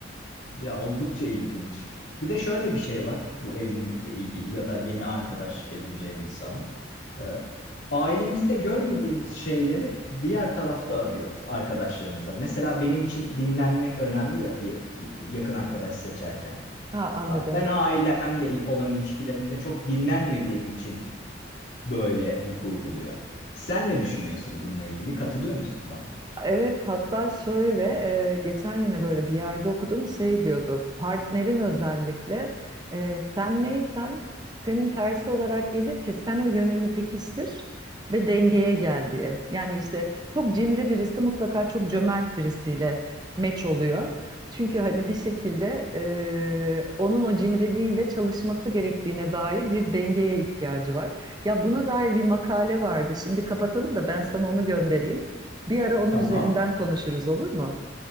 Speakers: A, on the left; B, on the right.
A: ya oldukça ilginç. Bir de şöyle bir şey var bu evlilikle ilgili ya da yeni arkadaşlık edineceğimiz zaman. Ee, ailemizde görmediğimiz şeyleri diğer tarafta arıyoruz arkadaşlarımıza. Mesela benim için dinlenmek önemli ya bir yakın arkadaş seçerken.
B: Ha anladım.
A: Ben ailemle olan ilişkilerimde çok dinlenmediğim için böyle vuku buluyor. Sen ne düşünüyorsun bununla ilgili? Katılıyor musun bana?
B: Evet hatta şöyle e, geçen yine böyle bir yerde okudum şey diyordu partnerin özellikle e, sen neysen senin tersi olarak gelir ki sen o yönünü pekiştir ve dengeye gel diye. Yani işte çok cimri birisi mutlaka çok cömert birisiyle meç oluyor. Çünkü hani bir şekilde e, onun o cimriliğiyle çalışması gerektiğine dair bir dengeye ihtiyacı var. Ya buna dair bir makale vardı. Şimdi kapatalım da ben sana onu göndereyim. Bir ara onun
A: Tamam.
B: üzerinden konuşuruz olur mu?